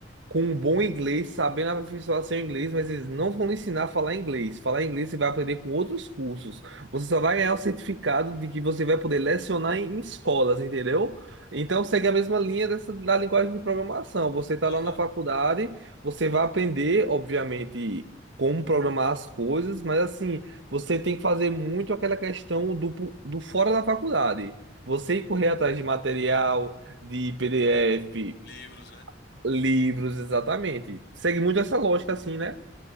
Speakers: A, on the right; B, on the left.
A: com um bom inglês, sabendo aperfeiçoar seu inglês, mas eles não vão lhe ensinar a falar inglês. Falar inglês você vai aprender com outros cursos. Você só vai ganhar o certificado de que você vai poder lecionar em, em escolas, entendeu? Então segue a mesma linha dessa, da linguagem de programação. Você está
B: Aham.
A: lá na faculdade, você vai aprender, obviamente como programar as coisas, mas assim, você tem que fazer muito aquela questão do, pu- do fora da faculdade. Você ir correr atrás de material, de PDF,
B: Livros, né?
A: livros, exatamente. Segue muito essa lógica, assim, né?